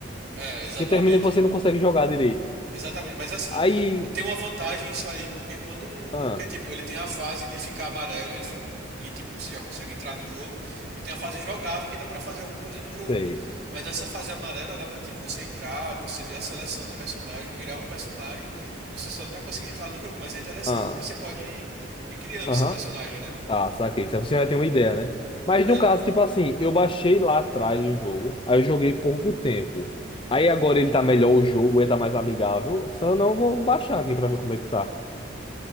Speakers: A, on the right; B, on the left.
A: É, exatamente.
B: Porque termina que você não consegue jogar direito.
A: Exatamente, mas assim,
B: Aí.
A: tem uma vantagem isso aí, porque quando,
B: Ah,
A: que tipo, ele tem a fase de ficar amarelo, ele fi- que tipo, você já consegue entrar no jogo, e tem a fase jogável que dá pra fazer alguma coisa no jogo.
B: sei.
A: Mas nessa fase amarela dá pra tipo você entrar, você ver a seleção de personagens, criar um personagem, você só não vai conseguir entrar no jogo, mas é interessante
B: Ah.
A: porque você pode ir, ir criando
B: Aham.
A: seu personagem, né?
B: Ah, saquei. Isso aí você já tem uma ideia, né? Mas
A: É.
B: no caso, tipo assim, eu baixei lá atrás o jogo, aí eu joguei pouco tempo. Aí agora ele tá melhor o jogo, ele tá mais amigável. Se eu não, vou baixar aqui pra ver como é que tá.